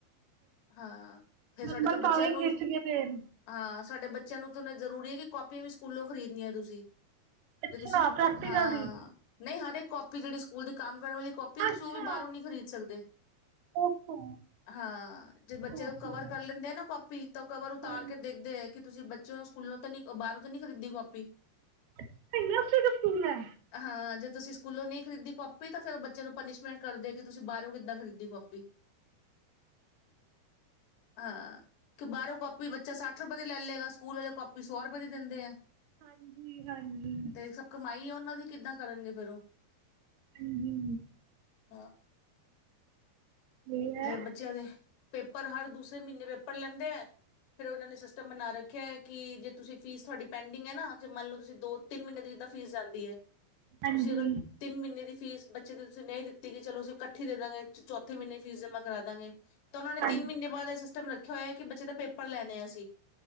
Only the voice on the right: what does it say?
ਨੰਬਰ
ਭਾਵੇਂ
ਖਿੱਚ ਕੇ ਦੇਣ
ਅੱਛਾ
ਪ੍ਰੈਕਟੀਕਲ
ਦੀ
ਅੱਛਾ
ਓਹੋ
ਕੋਸੀ
ਹਾਂਜੀ
ਇਹ ਨਰਸਰੀ ਦਾ ਸਕੂਲ ਐ।
ਹਾਂਜੀ ਹਾਂਜੀ
ਹੂੰ, ਹੂੰ, ਹੂੰ।
ਇਹ ਹੈ
ਹਾਂਜੀ
ਹਾਂਜੀ